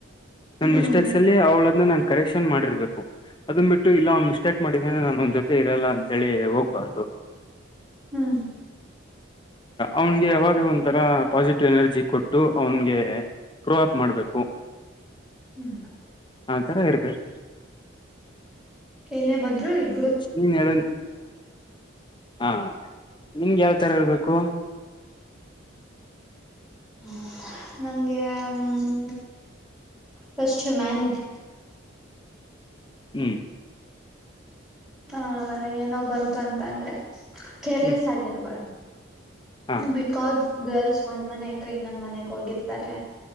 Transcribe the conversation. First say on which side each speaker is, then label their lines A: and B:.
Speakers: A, on the left; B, in the centre.
A: ನನ್
B: ಹ್ಮ್ ಹ್ಮ್
A: ಮಿಸ್ಟೇಕ್ಸ್ ಅಲ್ಲಿ ಅವ್ಳದ್ನೇನ್ ಹ ಕರೆಕ್ಷನ್ ಮಾಡಿರ್ಬೇಕು. ಅದನ್ ಬಿಟ್ಟು ಇಲ್ಲ ಅವ್ನ್ ಮಿಸ್ಟೇಕ್ ಮಾಡಿದ್ದಾನೆ ನಾನ ಅವ್ನ್ ಜೊತೆ ಇರಲ್ಲ ಅಂತೇಳಿ ಹೋಗ್ ಬಾರ್ದು
B: ಹ್ಮು
A: ಅವ್ನಗೆ ಯಾವಾಗ್ಲು ಒಂಥರ ಪಾಸಿಟಿವ್ ಎನರ್ಜಿ ಕೊಟ್ ಟ್ಟು ಅವನ್ಗೆ ಕ್ರೋ ಅಪ್ ಮಾಡಬೇಕು
B: ಹ್ಮ್
A: ಆಥರ ಇರ್ಬೆಕ್
B: ಏನೇ ಬಂದ್ರು ಇರ್
A: ನೀನ್ ಹೇಳ ಹಾ ನಿಮ್ಗೆ ಯಾವ್ತರ ಇರ್ಬೇಕು
B: ಹ ನಂಗೆ ಮ್ಮ್ ಫಸ್ಟ್ ಹ್ಯೂಮ್ಯಾನಿಟಿ
A: ಹ್ಮ್
B: ಹಾ ಏನಾವ್ ಬಂತು ಅಂತ ಅಂದ್ರೆ ಕೇರ್ಲೆಸ್
A: ಹ್ಮ್
B: ಆಗಿರ್ಬಾರ್ದು
A: ಹಾ
B: ಬಿಕಾಸ್ ಗರ್ಲ್ಸ್ ಒಂದ್ ಮನೆ ಇದ್ರೆ ಇನ್ನೊಂದ್ ಮನೆಗ್ ಹೋಗಿರ್ತಾರೆ